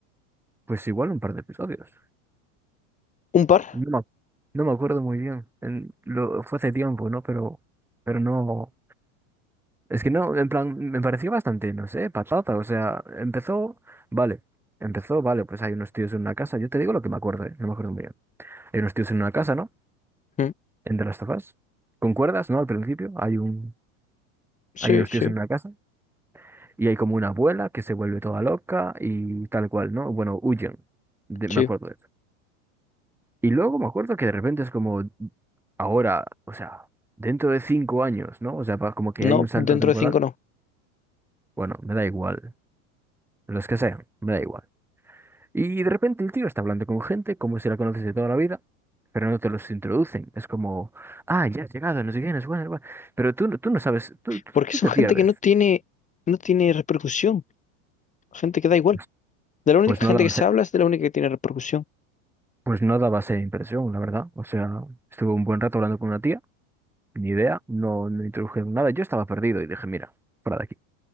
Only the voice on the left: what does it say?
¿Un par?
Mm,
Sí,
sí,
sí.
No,
dentro
de cinco no.
Porque
son
gente
que no tiene, no tiene repercusión, gente que da igual.
De la única
gente
que se habla es de la única que tiene repercusión.